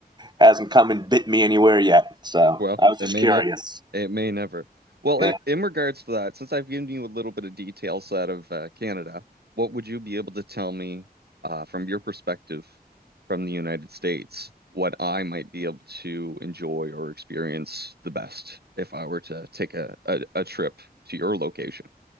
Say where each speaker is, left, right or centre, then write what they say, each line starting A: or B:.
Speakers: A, on the right (about 25°); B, on the right (about 85°).
A: hasn't come and bit me anywhere yet. So
B: Well,
A: I was just
B: it may
A: curious.
B: ne it may never. Well,
A: Yeah.
B: in, in regards to that, since I've given you a little bit of details out of uh, Canada, what would you be able to tell me uh, from your perspective from the United States, what I might be able to enjoy or experience the best if I were to take a, a, a trip to your location?